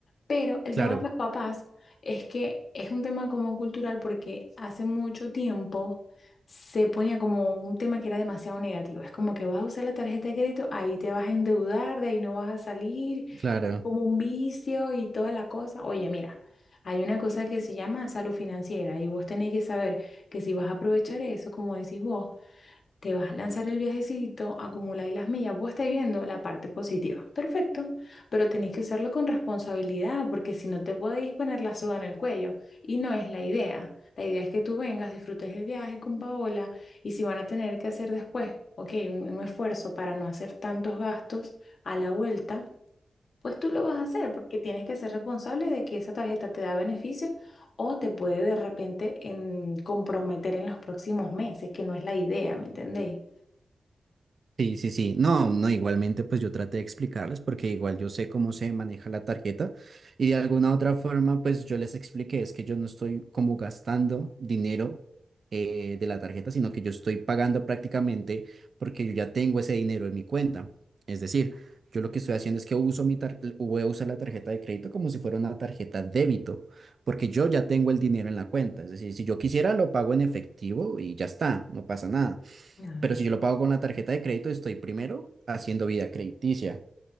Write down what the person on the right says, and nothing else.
claro,
claro.
Sí, sí, sí. No, no, igualmente pues yo traté de explicarles porque igual yo sé cómo se maneja la tarjeta y de alguna otra forma pues yo les expliqué es que yo no estoy como gastando dinero eh, de la tarjeta, sino que yo estoy pagando prácticamente porque yo ya tengo ese dinero en mi cuenta. Es decir, yo lo que estoy haciendo es que uso mi tar- voy a usar la tarjeta de crédito como si fuera una tarjeta débito porque yo ya tengo el dinero en la cuenta. Es decir, si yo quisiera lo pago en efectivo y ya está, no pasa nada
pero si yo lo pago con la tarjeta de crédito, estoy primero haciendo vida crediticia.